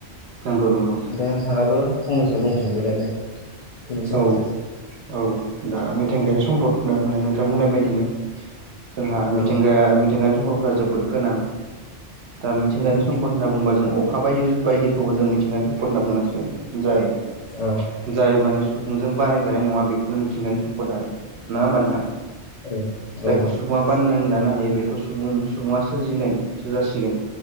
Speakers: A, on the right (about 75°); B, on the left (about 65°).
A: नंगौ-नंगौ।
B: दा नोंथाङाबो फंनैसो बुंफिनदोलायदे बेनि सोमोन्दै।
A: औ औ दा मिथिंगायारि सम्पद होनना बुंनाय नोंथां बुंनाय बायदिनो जोंहा मिथिंगाया
B: औ
A: मिथिंगायारि सम्पद फोर जोबोद गोनां। दा मिथिंगानि
B: औ
A: सम्पद होनना बुंबा जों अखा बायदि बायदिखौबो जों मिथिंगानि सम्पद बुंनांसिगोन जाय
B: औ।
A: जाय माने सुबुंजों बानायजानाय नङा बेफोरनो मिथिंगानि सम्पद आरो। नङा होमबा नोंथां?
B: औ -
A: जायखौ
B: औ - औ।
A: सुबुङा बानायनानै लानो हायो बेथ' सुबुं सुबुङा सोरजिनाय सो जासिगोन।